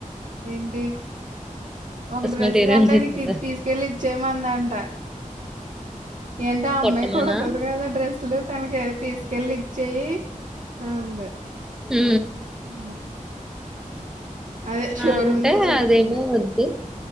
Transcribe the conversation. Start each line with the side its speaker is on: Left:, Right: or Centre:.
Right: ఏంటి ఒక డ్రెస్
Centre: మెటీరియల్
Right: అంటే
Centre: తీసుకుంది
Right: నీది తీ తీసుకెళ్ళి ఇచ్చేమంది అంట ఏంటి ఆ
Centre: కుట్టమనా
Right: అమ్మాయి కుడతాది కదా డ్రస్ లు తనకి తీసుకెళ్లి ఇచ్చేయి అంది
Centre: ఊ
Right: <unintelligible> అదే షోరూమ్‌దే
Centre: అంటే
Right: చెప్పింది.
Centre: అదేమో వద్దు